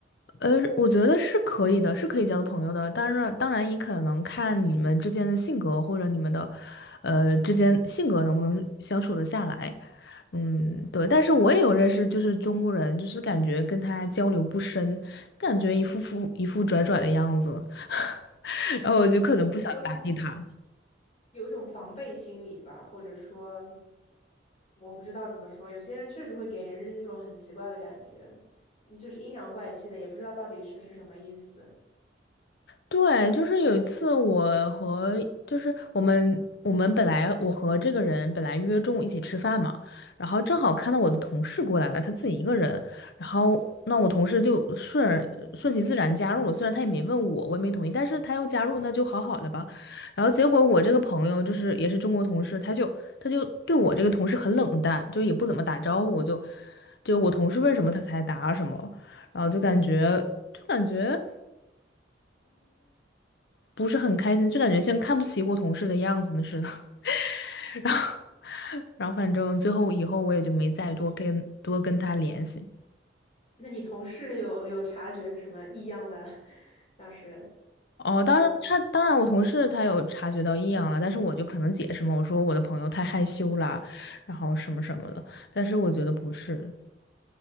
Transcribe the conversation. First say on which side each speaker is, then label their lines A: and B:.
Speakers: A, on the left (about 60°); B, on the left (about 35°).
A: 呃，我觉得是可以的，是可以交的朋友的。当然，当然也可能看你们之间的性格，或者你们的，呃，之间性格能不能相处得下来。嗯，对。但是我也有认识，就是中国人，就是感觉跟他交流不深，感觉一副副一副拽拽的样子，<laughs> 然后我就可能不想搭理他。
B: 可能是有种有一种防备心理吧，或者说我不知道怎么说，有些人确实会给人一种很奇怪的感觉，嗯就是阴阳怪气的，也不知道到底是是什么意思。
A: 对，就是有一次我和就是我们我们本来我和这个人本来约中午一起吃饭嘛，然后正好看到我的同事过来了，他自己一个人，然后那我同事就顺而顺其自然加入了，虽然他也没问我，我也没同意，但是他又加入，那就好好的吧。然后结果我这个朋友就是也是中国同事，他就他就对我这个同事很冷淡，就也不怎么打招呼，就就我同事问什么他才答什么，然后就感觉就感觉。不是很开心，就感觉像看不起我同事的样子似的。<laughs> 然后，然后反正最后以后我也就没再多跟多跟他联系。
B: 那你同事有有察觉什么异样的？<laughs> 当时
A: 哦，当然他当然我同事他有察觉到异样了，
B: 还有。
A: 但是我就可能解释嘛，我说我的朋友太害羞啦，然后什么什么的。但是我觉得不是，